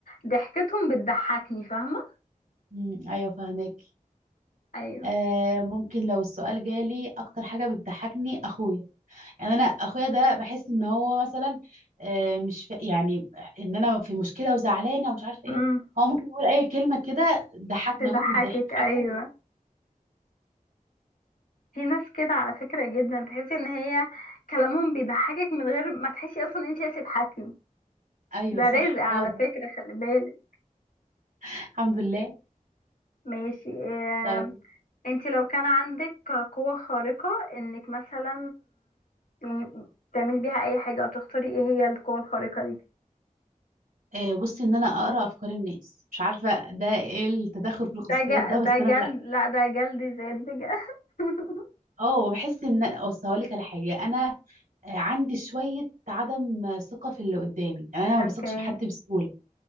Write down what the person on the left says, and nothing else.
ضحكتهم بتضحكني فاهمة
ايوه
امم
تضحكك
ايوه
في ناس كده على فكرة جدا تحسي ان هي كلامهم بيضحكك من غير ما تحسي اصلا ان انت عايزة تضحكي
ده
رزق على
فكرة خلي بالك
ماشي إيه
انت لو كان عندك قوة خارقة انك مثلا يعني تعملي بيها اي حاجة او تختاري ايه هي القوة الخارقة دي
ده ج...
ده جلد
لا ده جلد زاد بجد <laughs>
اوكي